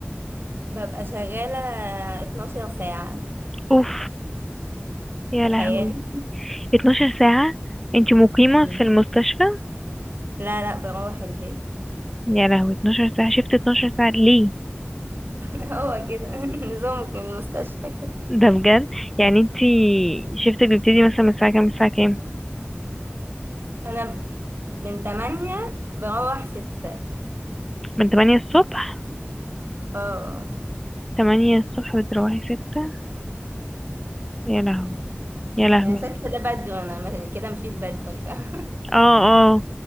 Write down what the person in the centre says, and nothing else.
اوف يا
لهوي 12 ساعه انتي مقيمه
في المستشفى
يا لهوي 12 ساعه شفت 12 ساعه ليه
ده بجد يعني انتي شفتك بيبتدي مثلا من الساعه كام الساعه كام
من 8 الصبح
8 الصبح بتروحي 6 يا لهوي يا لهوي
اه اه